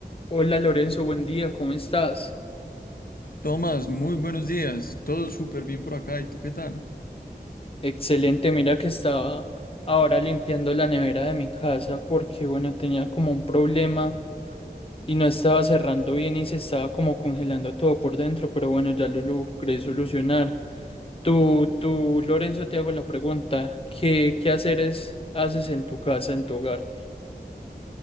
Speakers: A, on the left (about 35°); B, on the left (about 60°).
A: Hola Lorenzo, buen día, ¿cómo estás?
B: Tomás, muy buenos días. Todo súper bien por acá. ¿Y tú qué tal?
A: Excelente, mira que estaba ahora limpiando la nevera de mi casa porque, bueno, tenía como un problema y no estaba cerrando bien y se estaba como congelando todo por dentro, pero bueno, ya lo logré solucionar. Tú, tú, Lorenzo, te hago la pregunta, ¿qué, qué haceres haces en tu casa, en tu hogar?